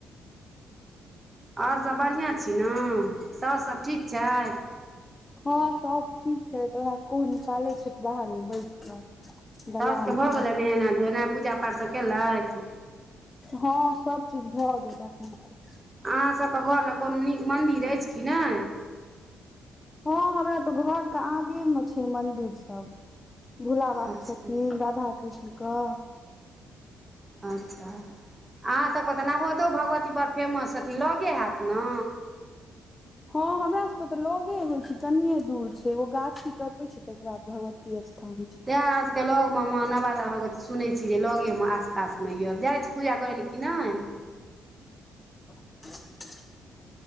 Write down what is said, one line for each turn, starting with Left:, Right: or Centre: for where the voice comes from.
Right: आओर सब बढ़िआँ छी ने सौस सब ठीक छैथ
Left: हँ सब ठीक छै त ओरा <unintelligible> निकालै छै बाहरमे बैठ कऽ दलान
Right: सौस के भऽ
Left: पर
Right: गेलय नहेनाइ धोएनाइ पूजा पाठ सभ केलक
Left: हँ सभ चीज भऽ गेलय ह
Right: अहाँसभके घरमे कोनो नीक मन्दिर अछि कि नै
Left: हँ हमरा तऽ घरके आगे मे छै मंदिर सब भोला बाबाक
Right: अच्छा
Left: छथिन राधा कृष्णकअ
Right: अच्छा अहाँसभके तऽ नवोदो भगवती बड़ फेमस छथिन लगे हैत ने
Left: हँ हमरा सब के तऽ लगे होय छै कनिये दूर छै ओ गाछ टपै छै तहिके बाद भगवती स्थान छै
Right: तें अहाँ सबके लग मे नवादा भगवती सुनैत छीयै जे लगे मे आसपास म य जाय छी पूजा करै लए कि नहि
Left: <unintelligible>